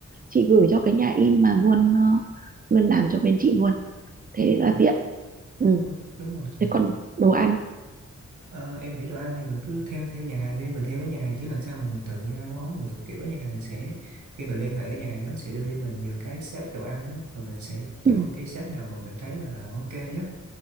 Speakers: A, on the right; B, on the right.
A: chị gửi cho cái nhà in mà luôn ờ, luôn làm cho bên chị luôn
B: đúng
A: thế là
B: rồi
A: tiện ừ.
B: đúng, đúng rồi chị
A: thế còn đồ ăn
B: Ờ, em nghĩ đồ ăn thì mình cứ thêm theo nhà hàng đi mình theo cái nhà hàng chứ làm sao mà mình tự ra món được kiểu nhà hàng sẽ khi mình liên hệ cái nhà hàng đó sẽ đưa cho mình nhiều cái set đồ ăn á và mình sẽ chọn
A: ừ.
B: cái set nào mà mình thấy là ok nhất